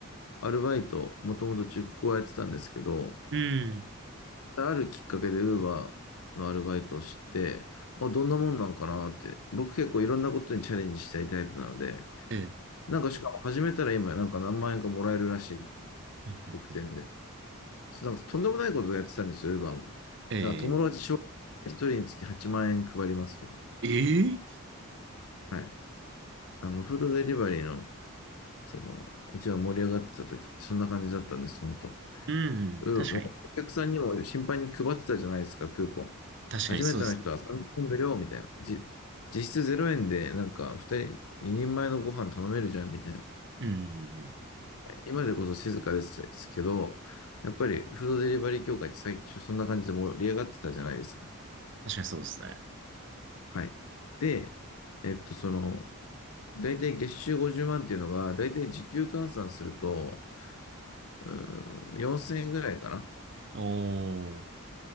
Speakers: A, on the left; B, on the right.
A: あ、アルバイト、もともと塾講やってたんですけど、
B: うん、
A: あるきっかけで Uber のアルバイトを知って、あ、どんなもんなんかなって、僕結構いろんなことにチャレンジしたいタイプなので、
B: ええ、
A: なんかしかも始めたら今なんか何万円かもらえるらしい、
B: うん、
A: 特典で。
B: うん
A: なんかとんでもないことをやってたんですよ、Uber も。
B: ええ、
A: なんか友達紹介1人につき8万円配りますとか。
B: ええ、
A: はい。あの、フードデリバリーの、その、一番盛り上がってた時ってそんな感じだったんです、本当。
B: う
A: うん、
B: ん、確かに。
A: もうお客さんにも心配に配ってたじゃないですか、クーポン。
B: 確かにそうですね。
A: 初めての人は3000円無料みたいな。じ、実質0円でなんか2人、2人前のご飯頼めるじゃんみたいな。
B: うん、うん
A: 今でこそ静かですけど、やっぱりフードデリバリー協会って最初そんな感じで盛り上がってたじゃないですか。
B: 確かにそうですね。
A: はい。で、えっと、その、大体月収50万っていうのが、大体時給換算すると、うーん、4000円ぐらいかな。
B: おー、